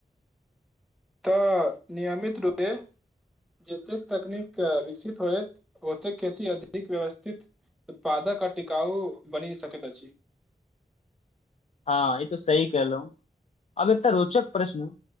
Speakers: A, in the centre; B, on the left.
A: तऽ नियमित रूपे जतेक तकनीक विकसित होएत, ओतेक खेती अधिक व्यवस्थित उत्पादक आ टिकाउ बनि सकैत अछि।
B: हँ ई तऽ सही कहलहुॅं, आब एकटा रोचक प्रश्न